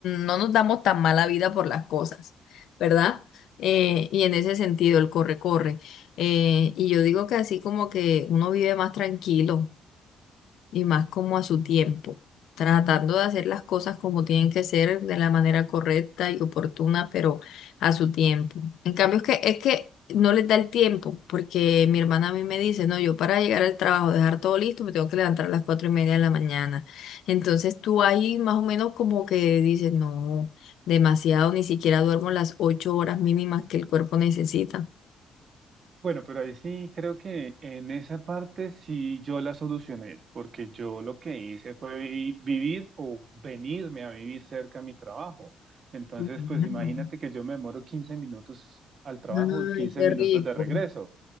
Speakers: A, on the left; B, on the right.
A: no nos damos tan mala vida por las cosas, ¿verdad? Eh, y en ese sentido, el corre-corre. Eh, y yo digo que así como que uno vive más tranquilo. y más como a su tiempo, tratando de hacer las cosas como tienen que ser de la manera correcta y oportuna, pero a su tiempo. En cambio, es que, es que no les da el tiempo, porque mi hermana a mí me dice, no, yo para llegar al trabajo, dejar todo listo, me tengo que levantar a las cuatro y media de la mañana. Entonces tú ahí más o menos como que dices, no, demasiado, ni siquiera duermo las ocho horas mínimas que el cuerpo necesita.
B: Bueno, pero ahí sí creo que en esa parte sí yo la solucioné, porque yo lo que hice fue vi- vivir o venirme a vivir cerca a mi trabajo. Entonces,
A: Ujú.
B: pues imagínate que yo me demoro 15 minutos al trabajo,
A: Ay,
B: 15
A: qué
B: minutos
A: rico.
B: de regreso.